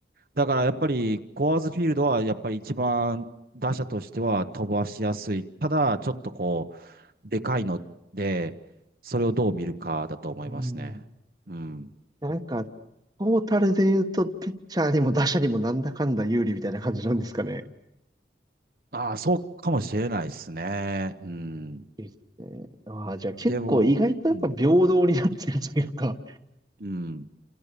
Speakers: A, on the right (about 55°); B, on the right (about 20°).
A: だからやっぱり、コアーズフィールドはやっぱり一番打者としては飛ばしやすい。ただ、ちょっとこう、でかいので、それをどう見るかだと思いますね。
B: うん。い
A: うん。
B: やなんか、トータルで言うと、ピッチャーにも打者にもなんだかんだ有利みたいな感じなんですかね。
A: ああ、そうかもしれないですね。うん。
B: いいですね。ああ、じゃあ結構意外とやっぱ平等になってるというか、
A: でも、うん。うん。